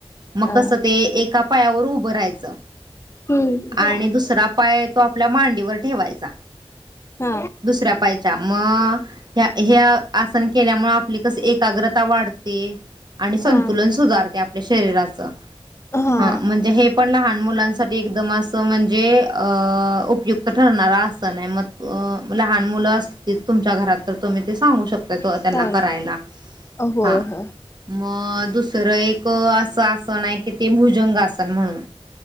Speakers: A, on the right; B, on the left.
A: मग
B: हा
A: कसं ते एक आप पायावर‌ उभ भरायचं
B: हम्म.
A: आणि दुसरा पाय तो आपल्या मांडीवर ठेवायचा.
B: हा
A: दुसऱ्या पायाच्या म एह्य आसन केल्यामुळं आपली कस एकाग्रता वाढते आणि संतुलन
B: हा
A: सुधारते आप पल्या शरीराचं
B: हा
A: हां म्हणजे हे पण लहान मुलांसाठी एकदम आसं त म्हणजे अ. उपयुक्त ठरणारा आसन हाय म तो म लहान मुलं असलीत तुमच्या घरात तर तुम्ही ते सांगू शकताय तो
B: चालेल
A: त्यांना करायला
B: होय
A: हा.
B: होय
A: म दुसरं एक आसं आसन हाय की ते भुजंगासन म्हणून.